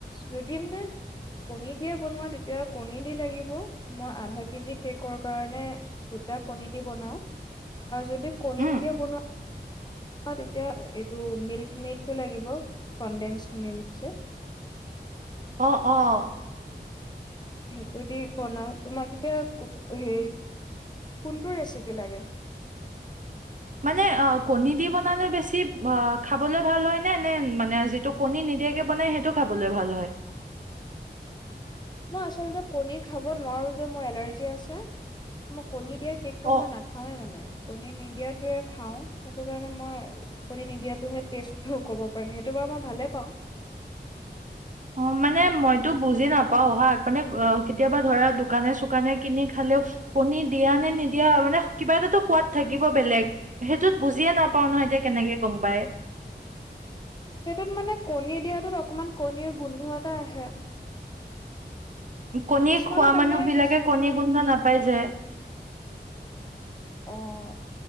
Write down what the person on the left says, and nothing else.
যদি মানে কণী দিয়ে বনোৱা তেতিয়া কণী দি লাগিব মই আধা কেজি কেকৰ কাৰণে দুটা কণী দি বনাও। আৰু যদি কণী
নিদিয়া বনোৱা তেতিয়া এইটো মিল্ক মেডটো লাগিব কনডেন্স মিল্ক যে।
সেইটো দি বনাও, তোমাক এতিয়া হেৰি কোনটো ৰেচিপি লাগে।
মই আচলতে কণী খাব নোৱাৰো যে, মোৰ এলাৰ্জি আছে। মই কণীত দিয়া কেকটো
মই নাখাৱে মানে। কণী নিদিয়াটোৱে খাওঁ সেইটো কাৰণে মই কণী নিদিয়াটোহে টেষ্টটো ক'ব পাৰিম, সেইটো বাৰু মই ভালেই পাওঁ।
সেইটোত মানে কণী দিয়াটোত অকণমান কণীৰ গোন্ধ এটা আহে।
কিছুমানত
আহে
কিছুমানত
অ'